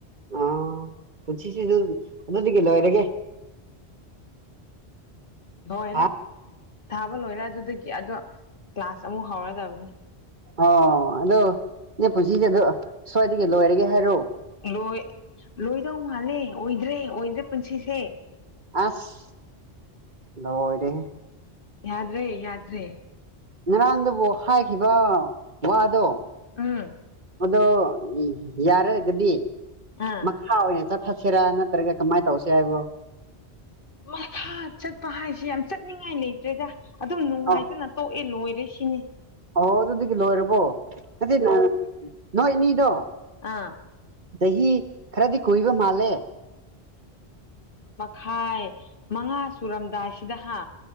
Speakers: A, on the right (about 45°); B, on the left (about 55°).
A: ꯑ ꯄꯨꯟꯁꯤ ꯑꯗꯨꯗꯤ ꯀ ꯂꯣꯏꯔꯒꯦ
B: ꯍꯣꯏꯔꯦ
A: ꯍꯥ
B: ꯊꯥꯕ ꯂꯣꯏꯔ ꯑꯗꯨꯗꯒꯤ ꯑꯗꯣ ꯀ꯭ꯂꯥꯁ ꯑꯃꯨꯛ ꯍꯧꯔꯗꯕꯅꯤ
A: ꯑꯣ ꯑꯗꯨꯣ ꯅ ꯄꯨꯟꯁꯤꯁꯦ ꯑꯗꯨ ꯁ꯭ꯋꯥꯏꯗꯒꯤ ꯂꯣꯏꯔꯒꯦ ꯍꯥꯏꯔꯛꯑꯣ
B: ꯂꯣꯏ ꯂꯣꯏꯗꯧ ꯃꯥꯜꯂꯦ ꯑꯣꯏꯗ꯭ꯔꯦ ꯑꯣꯏꯗ꯭ꯔꯦ ꯄꯨꯟꯁꯤꯁꯦ
A: ꯑꯁ ꯂꯔꯦ
B: ꯌꯥꯗꯔꯦ ꯌꯥꯗꯔꯦ ꯫
A: ꯉꯔꯥꯡꯗꯨꯕꯨ ꯍꯥꯏꯈꯤꯕ ꯋꯥꯗꯣ
B: ꯎꯝ
A: ꯑꯗꯣ ꯌꯥꯔꯒꯗꯤ
B: ꯑꯥ
A: ꯃꯈꯥ ꯑꯣꯏꯅ ꯆꯠꯊꯛꯁꯤꯔꯥ ꯅꯠꯇ꯭ꯔꯒ ꯀꯃꯥꯏꯅ ꯇꯧꯁꯦ ꯍꯥꯏꯕꯣ
B: ꯃꯊꯥ ꯆꯠꯄ ꯍꯥꯏꯁꯦ ꯌꯥꯝ ꯆꯠꯅꯤꯡꯉꯥꯏ ꯂꯩꯇ꯭ꯔꯦꯗ ꯑꯗꯨꯝ ꯅꯨꯡꯉꯥꯏꯇꯅ
A: ꯑꯧ
B: ꯇꯣꯛꯑꯦ ꯂꯣꯏꯔꯦ ꯁꯤꯅꯦ
A: ꯑꯣ ꯑꯗꯨꯗꯤ ꯀꯂꯣꯔ ꯅ ꯅꯣꯏ ꯏꯅꯤꯗꯣ
B: ꯑꯥ
A: ꯆꯍꯤꯍꯤ ꯈꯔꯗꯤ ꯀꯨꯏꯕ ꯃꯥꯜꯂꯦ
B: ꯈꯥꯏ ꯃꯉꯥ ꯁꯨꯔꯝꯗꯥꯏꯁꯤꯗ ꯍꯥ